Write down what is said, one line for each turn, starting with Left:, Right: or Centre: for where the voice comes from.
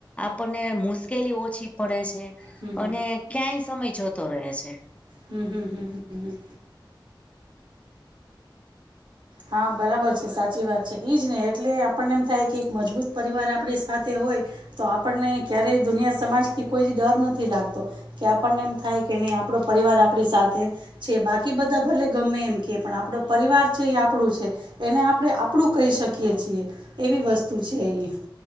Left: આપણને મુશ કેલી ઓછી પડે છે
Right: હમ
Left: અને ક્યાંય સમય જોતો રહે છે.
Right: હમ હમ હમ હમ હમ. હા બરાબર છે સાચી વાત છે એઈજ ને એટલે આપણને એમ થાય કે એક મજબૂત પરિવાર આપણી સાથે હોય. તો આપણને ક્યારેય દુનિયા સમાજ થી કોઈ ડર નથી લાગતો. કે આપણને એમ થાય કે નહી આપણો પરિવાર આપણી સાથે છે બાકી બધા ભલે ગમે એમ કે પણ આપડો પરિવાર છે આપણું છે એને આપણે આપણું કહી શકીએ છીએ એવી વસ્તુ છે એ.